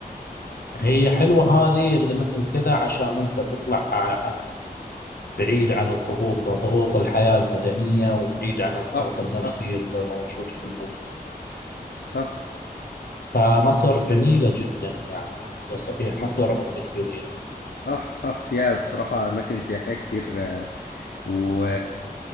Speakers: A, on the left; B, on the left.
A: هي حلوة هذه اللي مثل كذا عشان أنت تطلع ع- عن بعيد عن الضغوط ضغوط الحياة المدنية وبعيد عن الضغط
B: صح
A: النفسي
B: صح
A: اللي موجود في المدن
B: صح
A: فمصر جميلة جدا يعني هي صحيح مصر أم الدنيا
B: صح صح فيها بصراحة أماكن سياحية كتير آه، و